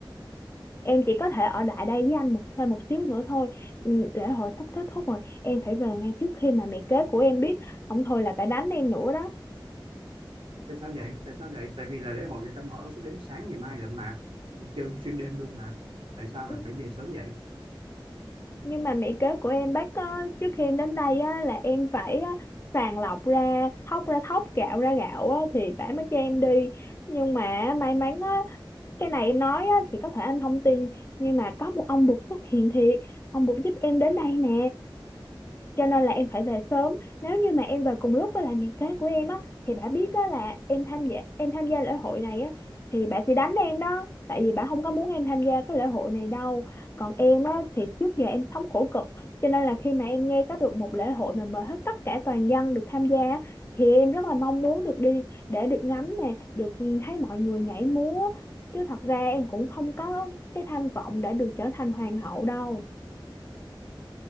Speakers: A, on the left; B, on the right.
A: em chỉ có thể ở lại đây với anh một thêm một xíu nữa thôi Ừ, lễ hội sắp kết thúc rồi em phải về ngay trước khi mà mẹ kế của em biết không thôi là phải đánh em nữa đó
B: tại sao vậy tại sao vậy tại vì là lễ hội người ta mở sẽ đến sáng ngày mai lận mà chơi xuyên đêm luôn mà tại sao
A: Ừ,
B: là phải về sớm vậy
A: nhưng mà mẹ kế của em bác có trước khi em đến đây á, là em phải á, sàng lọc ra thóc ra thóc gạo ra gạo á, thì bà mới cho em đi nhưng mà may mắn á, cái này em nói á, thì có thể anh không tin nhưng mà có một ông bụt xuất hiện thiệt ông bụt giúp em đến đây nè cho nên là em phải về sớm nếu như mà em về cùng lúc với lại mẹ kế của em á thì bà biết á là em tham gia em tham gia lễ hội này á thì bà sẽ đánh em đó tại vì bà không có muốn em tham gia cái lễ hội này đâu còn em á thì trước giờ em sống khổ cực cho nên là khi mà em nghe có được một lễ hội mà mời hết tất cả toàn dân được tham gia á, thì em rất là mong muốn được đi để được ngắm nè được thấy mọi người nhảy múa chứ thật ra em cũng không có cái tham vọng để được trở thành hoàng hậu đâu